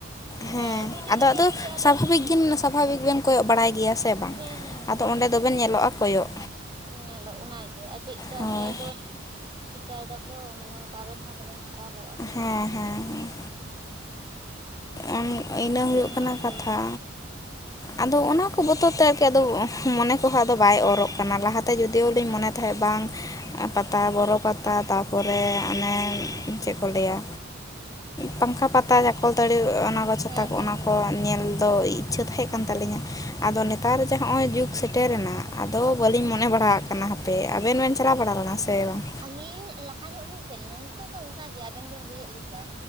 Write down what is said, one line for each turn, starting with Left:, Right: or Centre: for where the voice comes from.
Right: ᱢᱟᱱᱮ
Left: ᱦᱮᱸ
Right: ᱵᱷᱤᱰᱤᱭᱳ
Left: ᱟᱫᱚ
Right: ᱨᱮᱵᱮᱱ
Left: ᱟᱫᱚ
Right: ᱤᱭᱟᱹᱜᱼᱟ ᱟᱵᱮᱱ
Left: ᱥᱟᱵᱷᱟᱵᱤᱠ
Right: ᱦᱚᱸ᱾
Left: ᱜᱮ ᱥᱟᱵᱷᱟᱵᱤᱠ ᱵᱮᱱ ᱠᱚᱭᱚᱜ ᱵᱟᱲᱟᱭ ᱜᱮᱭᱟ ᱥᱮ ᱵᱟᱝ,
Right: ᱦᱮᱸ ᱦᱮᱸ
Left: ᱟᱫᱚ ᱚᱸᱰᱮ ᱫᱚᱵᱮᱱ ᱧᱮᱞᱚᱜᱼᱟ ᱠᱚᱭᱚᱜ᱾
Right: ᱧᱮᱞᱚᱜ ᱚᱱᱟᱜᱮ ᱟᱨ ᱪᱮᱜᱠᱟ
Left: ᱦᱳᱭ
Right: ᱦᱟᱱᱮ ᱠᱚ ᱪᱤᱠᱟᱹᱭ ᱫᱟᱠᱚ ᱢᱟᱱᱮ ᱚᱝᱠᱟ ᱟᱵᱮᱱ ᱦᱚᱸ ᱟᱫᱚ ᱵᱮᱱ ᱠᱷᱟᱨᱟᱵᱚᱜᱼᱟ᱾
Left: ᱦᱮᱸ ᱦᱮᱸ ᱦᱮᱸ᱾ ᱚᱱᱟ ᱤᱱᱟᱹ ᱦᱩᱭᱩᱜ
Right: ᱚᱱᱟᱜᱮ
Left: ᱠᱟᱱᱟ ᱠᱟᱛᱷᱟ᱾ ᱟᱫᱚ ᱚᱱᱟ ᱠᱚ ᱵᱚᱛᱚᱨ ᱛᱮᱜᱮ ᱟᱫᱚ ᱢᱚᱱᱮ ᱠᱚᱦᱚᱸ ᱟᱫᱚ ᱵᱟᱭ ᱚᱨᱚᱜ ᱠᱟᱱᱟ ᱞᱟᱦᱟᱛᱮ ᱡᱚᱫᱤᱭᱳ ᱞᱤᱧ ᱢᱚᱱᱮ ᱛᱟᱦᱮᱸᱫ ᱵᱟᱝ ᱮᱸ ᱯᱟᱛᱟ ᱵᱚᱨᱚ ᱯᱟᱛ ᱛᱟ ᱛᱟᱯᱚᱨᱮ ᱚᱱᱮ ᱪᱮᱫ ᱠᱚ ᱞᱟᱹᱭᱟ, ᱯᱟᱝᱠᱷᱟ ᱯᱟᱛᱟ ᱪᱟᱠᱚᱞ ᱛᱟᱹᱲᱤ ᱚᱱᱟ ᱠᱚ ᱪᱷᱟᱛᱟ
Right: ᱦᱮᱸ
Left: ᱠᱚ
Right: ᱦᱮᱸ
Left: ᱚᱱᱟ
Right: ᱦᱮᱸ
Left: ᱠᱚ ᱧᱮᱞ ᱫᱚ ᱤᱪᱪᱷᱟᱹ ᱛᱟᱦᱮᱸ ᱠᱟᱱ ᱛᱟᱹᱟᱞᱤᱧᱟ᱾ ᱟᱫᱚ ᱱᱮᱛᱟᱨ ᱡᱟᱦᱟᱸ ᱱᱚᱜᱼᱚᱭ ᱡᱩᱜᱽ ᱥᱮᱴᱮᱨ ᱮᱱᱟ ᱟᱫᱚ ᱵᱟᱹᱞᱤᱧ ᱢᱚᱱᱮ ᱵᱟᱲᱟᱣᱟᱜ ᱠᱟᱱᱟ ᱦᱟ᱾ ᱯᱮ ᱟᱵᱤᱱ ᱵᱤᱱ ᱪᱟᱞᱟᱣ ᱵᱟᱲᱟ ᱞᱮᱱᱟ ᱥᱮ ᱵᱟᱝ?
Right: ᱟᱹᱞᱤᱧ ᱞᱟᱦᱟ ᱧᱚᱸᱜ ᱞᱤᱧ ᱥᱮᱱ ᱞᱮᱱᱟ ᱱᱤᱛᱚᱜ ᱫᱚ ᱚᱱᱠᱟ ᱜᱮ ᱟᱵᱤᱱ ᱵᱤᱱ ᱞᱟᱹᱭᱮᱫ ᱞᱮᱠᱟ?